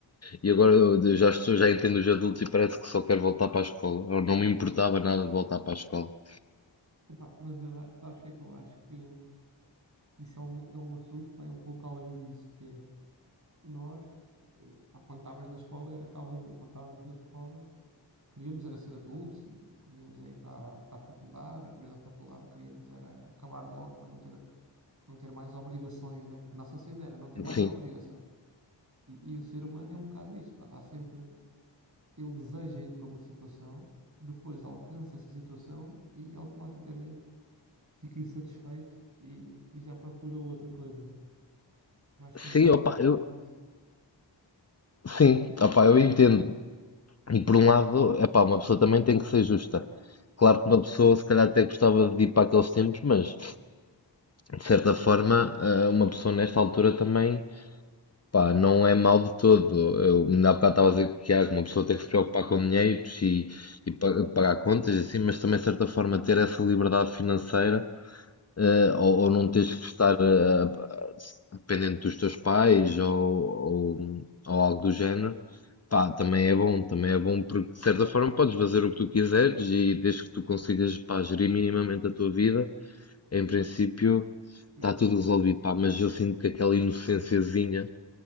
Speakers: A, on the left; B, on the right.
A: E agora eu eu já estou, já entendo os adultos e parece que só quero voltar para a escola. Ou não me importava nada de voltar para a escola.
B: Epá, mas eu a- sabes o que é que eu acho que. isso é um, é um assunto que vai um pouco além disso, que é nós, eh, pá, quando estavas na escola, era o que estavas a dizer, quando estávamos na escola, queríamos era ser adultos e queríamos ir para, a- para a faculdade e depois da faculdade queríamos era acabar logo para não ter, não ter mais obrigações, né? A nossa cena era não ter mais
A: Sim.
B: a obrigação. E, e o ser humano é um bocado isso, pá, está sempre, ele deseja ir para uma situação, depois alcança essa situação e automaticamente fica insatisfeito e, e já procura outra coisa, né? Eu acho que também
A: Sim,
B: é um,
A: opa,
B: um bocado
A: eu,
B: disso.
A: sim, opa, eu entendo. E por um lado, é pá, uma pessoa também tem que ser justa. Claro que uma pessoa se calhar até gostava de ir para aqueles tempos, mas de certa forma, eh, uma pessoa nesta altura também, pá, não é mal de todo. Eu ainda há bocado estava a dizer que há uma pessoa tem que se preocupar com dinheiros e, e pa- pagar contas, e assim, mas também de certa forma ter essa liberdade financeira eh, ou, ou não tens que estar eh, dependente dos teus pais ou, ou, ou algo do género, pá, também é bom, também é bom porque de certa forma podes fazer o que tu quiseres e desde que tu consigas, pá, gerir minimamente a tua vida, em princípio
B: por
A: está
B: enquanto.
A: tudo resolvido, pá, mas eu sinto que aquela inocênciazinha